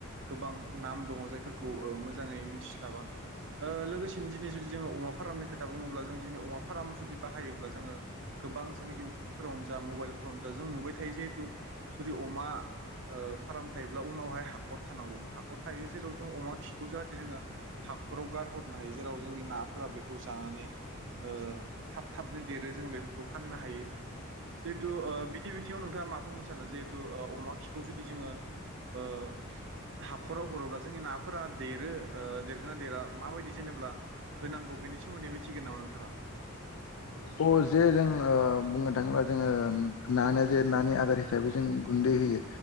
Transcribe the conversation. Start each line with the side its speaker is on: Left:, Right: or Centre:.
Right: गोबां नाम दङ जायफोरखौ ओ मोजाङै मिथिस्लाबा लोगोसेनो दिनै जु जों अमा फारामनि खोथा बुङोबा जों दिनै अमा फार्म जुदि बाहायोब्ला जोङो गोबां जोङो इउटुबफोरावनो जा मबाइलफोरावनो जा जों नुबाय थायो जिहेतु जुदि अमा फार्म थायोब्ला उनावहाय हाखर थानांगौमोन हाखर थायो जेराव जों अमा खिखौ जाहाथे जोङो हाखराव गारहरनो हायो जेराव जोंनि नाफोरा बेखौ जानानै ओ थाब थाबनो देरो जों बेफोरखौ फाननो हायो जिहेतु ओ बिदि बिथिङाव नोंथाङा मा बुंनो सानो जिहेतु ओ अमा खिखौ जुदि जोङो ओ हाखराव हरोब्ला जोंनि नाफोरा देरो ओ देरगोना देरा माबायदि जेनेबा होनांगौ। बेनि सोमोन्दै मिथिगोन नामा नोंथाङा?
Left: अ जे जों ओ बुंनो थाङोब्ला जोङो नानो जे नानि आदार हिसाबै जों गुन दै होयो